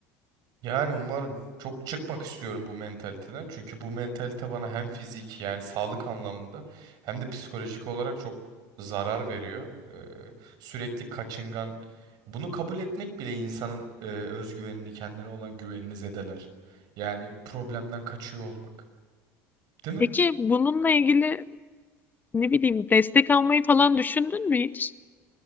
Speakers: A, on the right (about 60°); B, on the left (about 25°).
A: Yani umarım çok çıkmak istiyorum bu mentaliteden. Çünkü bu mentalite bana hem fizik yani sağlık anlamında hem de psikolojik olarak çok zarar veriyor. Ee, sürekli kaçıngan. Bunu kabul etmek bile insanın e, özgüvenini, kendine olan güvenini zedeler. Yani problemden kaçıyor olmak. Değil mi?
B: Peki bununla ilgili ne bileyim destek almayı falan düşündün mü hiç?